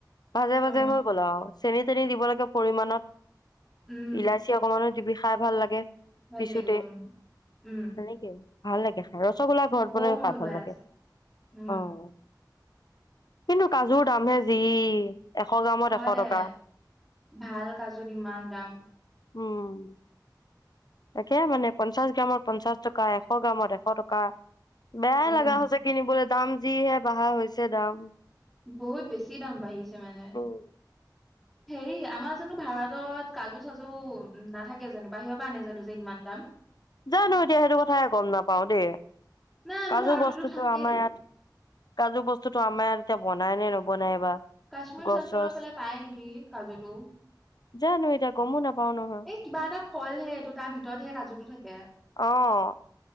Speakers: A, on the left; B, in the centre.
A: মাজে
B: অ
A: মাজে হৈ গ'ল আৰু চেনি চেনি দিব লাগে পৰিমানত
B: উম
A: ইলাচি অকমানো দিবি খাই ভাল লাগে।
B: ভাল
A: পিছুতে
B: লাগিব উম
A: তেনেকেই। ভাল লাগে খাই ৰসগোল্লা ঘৰত
B: বৰ
A: বনাইও
B: মন
A: খাও ভাল
B: গৈ
A: লাগে
B: আছে উম
A: অঁ। কিন্তু কাজুৰ দামহে যি এশ গ্ৰামত
B: হয়
A: এশ
B: দে
A: টকা
B: ভাল কাজুত ইমান দাম।
A: উম তাকে মানে পঞ্চাশ গ্ৰামত পঞ্চাশ টকা এশ গ্ৰামত এশ টকা বেয়াই
B: উম
A: লগা হৈছে কিনিবলৈ দাম যিহে বঢ়া হৈছে দাম।
B: বহুত বেছি দাম বাঢ়িছে মানে।
A: উম
B: হেৰি আমাৰ জানো ভাৰতত কাজু চাজু নাথাকে জানো বাহিৰৰ পৰা আনে জানো? যে ইমান দাম
A: জানো এতিয়া সেইটো কথাই গম নাপাও দেই।
B: নাই আমাৰ
A: কাজু
B: ভাৰততো
A: বস্তুটো
B: থাকেতো
A: আমাৰ ইয়াত কাজু বস্তুটো আমাৰ ইয়াত এতিয়া বনাই নে নবনাই বা
B: কাশ্মীৰ
A: গছ
B: চাশ্মীৰৰ
A: চছ
B: ফালে পায় নেকি কাজুটো
A: জানো এতিয়া গমো নাপাও নহয়
B: এই কিবা এটা ফল হে এইটো তাৰ ভিতৰতহে কাজুটো থাকে।
A: অঁ।